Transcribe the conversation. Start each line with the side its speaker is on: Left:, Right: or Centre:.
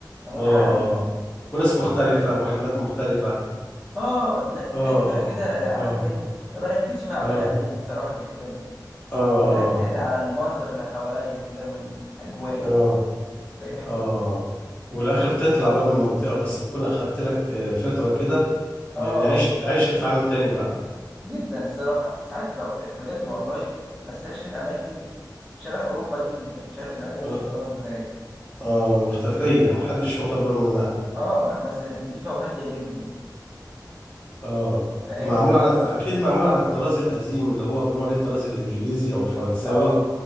Centre: متعة
Left: آه
Centre: قوي
Left: آه وناس مختلفة ومحلات مختلفة
Centre: اه تلاقي تلاقي
Left: آه
Centre: بقى
Left: آه
Centre: كده عالم
Left: آه
Centre: تاني ما بركزش مع بني
Left: آه
Centre: ادمين الصراحه في الحته دي
Left: آه
Centre: بركز
Left: آه
Centre: على المنظر اللي حواليا كده والاجواء
Left: آه آه
Centre: فاهم
Left: آه. والآخر تطلع بقى من المنطقة بس تكون أخدت لك آه، فترة كده
Centre: اه
Left: يعني عشت عشت في عالم تاني بقى
Centre: جدا الصراحه ساعات ب- بجد والله بستكشف اماكن شبه اوروبا جدا مش عارف الاماكن دي
Left: آه
Centre: مش مشهوره ازاي
Left: آه مختفية محدش واخد باله منها
Centre: اه بس نضيفه وهاديه جدا
Left: اه
Centre: فاهم
Left: معمول على اكيد معمول على الطراز القديم اللي هو بيقولوا عليه الطراز الانجليزي او الفرنساوي
Centre: اه